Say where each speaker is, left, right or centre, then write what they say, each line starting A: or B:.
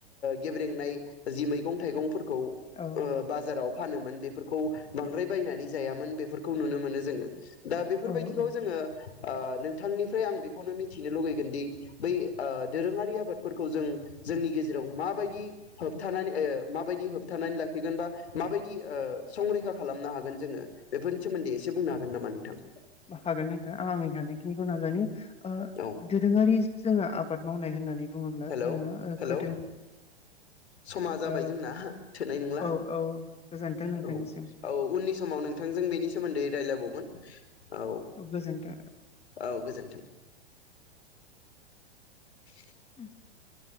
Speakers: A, on the left; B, on the left.
A: गेब्रेंनाय जि मैगं थाइगं। खौ ओ
B: औ
A: बाजाराव फानोमोन बेफोरखौ बांद्राय बायनानै जायामोन बेफोरखौ नुनो मोनो जोंङो। दा बेफोरबायदिखौ
B: औ औ
A: जोंङो। ओ नोंथांनिफ्राय आं बेखौनो मिथिनो लुुबैगोनदि बै ओ दोरोङारि आबादफोरखौ जों जोंनि गेजेराव माबायदि होबथानानै ओ माबायदि होबथानानै लाखिगोन बा माबायदि ओ संरैखा खालामनो हागोन। जोंङो बेफोरनि सोमोन्दै। एसे बुंनो हागोन नामा नोंथां?
B: हागोन नोंथां आं आंनि हानायखिनिखौ नाजानि। ओ
A: औ
B: दोरोङारि जोंङो आबाद। मावनाय होननानै बुङोब्ला
A: हेलोव
B: जोङो ओ
A: हेलोव
B: गोदो
A: समा जाबाय
B: ओ
A: जोंना थोनाय नंला,
B: औ औ गोजोनथों नोंथांनिसिम
A: औ औ उननि समाव नोंथांजों बेनि सोमोन्दै रायलायबावगोन। औ
B: गोजोनथों
A: औ गोजोनथों।
B: <inaudible>
A: <inaudible>